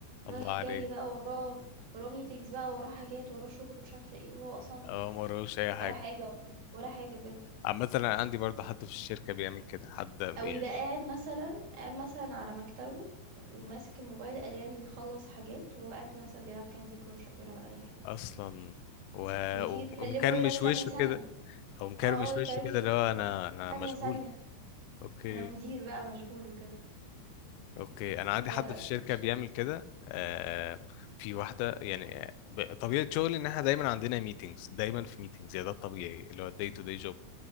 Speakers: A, on the left; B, on the right.
A: الله
B: رايح
A: عليك
B: جاي بقى وراه وراه ميتينجز بقى وراه حاجات وراه شغل ومش عارفه ايه وهو اصلا
A: اه ما وراهوش اي حاجه
B: ولا حاجه والله ولا حاجه بجد
A: عامة أنا عندي برضه حد في الشركة بيعمل كده حد يعني
B: او يبقى قاعد مثلا قاعد مثلا على مكتبه وماسك الموبايل قال يعني بيخلص حاجات وهو قاعد مثلا بيلعب كاندي كروش او بيلعب اي حاجه
A: أصلا و...
B: وتيجي
A: و-
B: تكلمه
A: ومكرمش
B: يقولك ثانيه
A: وشه
B: ثانيه
A: كده أو مكرمش
B: اه اه يكرش
A: وشه كده اللي
B: وشه
A: هو أنا أنا
B: ثانية
A: مشغول
B: ثانية
A: أوكي
B: انا مدير بقى مشغول وكده
A: أوكي أنا عندي
B: حاجة
A: حد في الشركة
B: وحشة
A: بيعمل
B: اوي
A: كده آه... في واحدة يعني ب... طبيعة شغلي إن إحنا دايما عندنا ميتينجز دايما في ميتينجز يعني ده الطبيعي اللي هو الداي تو داي جوب